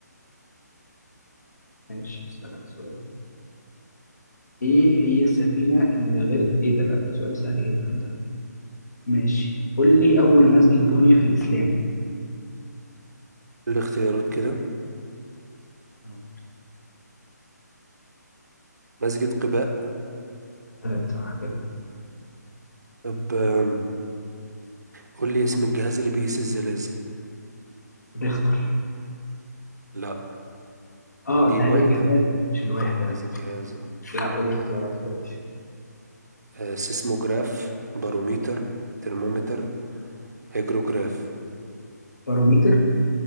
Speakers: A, on the left; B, on the right.
A: ماشي أسألك سؤال إيه هي السفينة اللي غير إيه ده لا ده سؤال سهل جدا ده ماشي قول لي أول مسجد بني في الإسلام
B: الاختيارات كده
A: آه،
B: مسجد قباء
A: ولد صح كده
B: طب آم، قول لي اسم الجهاز اللي بيقيس الزلازل
A: بيختار
B: لا
A: اه
B: دي
A: انت
B: الوحدة
A: عايز الجماد مش الوحدة
B: أنا عايز الجهاز أهو.
A: لا قول لي اختيارات يا باشا
B: آه، سيسموجراف باروميتر ترمومتر هيجروجراف
A: باروميتر